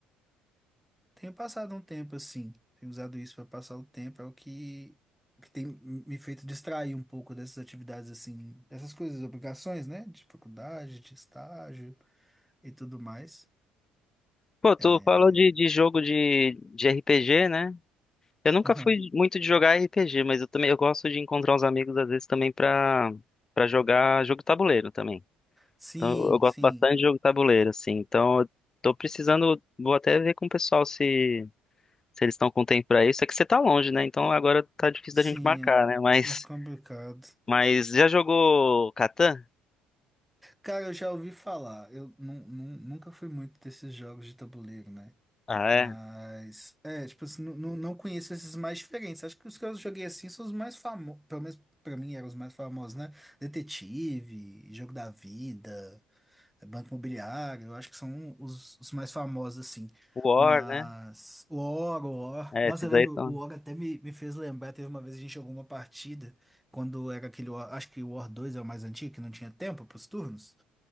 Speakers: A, in the centre; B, on the left.
A: Tenho passado um tempo assim, tenho usado isso para passar o tempo, é o que, que tem me feito distrair um pouco dessas atividades assim, dessas coisas, obrigações, né? De faculdade, de estágio e tudo mais.
B: Pô, tu
A: É...
B: falou de, de jogo de, de RPG, né? Eu nunca
A: aham.
B: fui muito de jogar RPG, mas eu também eu gosto de encontrar os amigos às vezes também pra, pra jogar jogo tabuleiro também.
A: Sim,
B: Então, eu eu gosto
A: sim,
B: bastante de jogo tabuleiro, assim. Então, eu tô precisando, vou até ver com o pessoal se se eles estão com tempo pra isso, é que você tá longe, né? Então agora tá difícil
A: sim,
B: da gente marcar,
A: é
B: né? Mas,
A: mais complicado.
B: mas já jogou Catan?
A: Cara, eu já ouvi falar, eu nu- nu- nunca fui muito desses jogos de tabuleiro, né?
B: Ah,
A: Mas,
B: é.
A: é, tipo, assim, não, não não conheço esses mais diferentes. Acho que os que eu joguei assim são os mais famosos, pelo menos pra mim eram os mais famosos, né? Detetive, Jogo da Vida, eh, Banco Imobiliário, eu acho que são os, os mais famosos, assim.
B: War,
A: Mas,
B: né?
A: o Oro, o Or...
B: É,
A: Nossa,
B: esses
A: eu lembro,
B: aí são.
A: o Oro até me, me fez lembrar, teve uma vez a gente jogou uma partida, quando era aquele, War- acho que o War 2 é o mais antigo, que não tinha tempo pros turnos.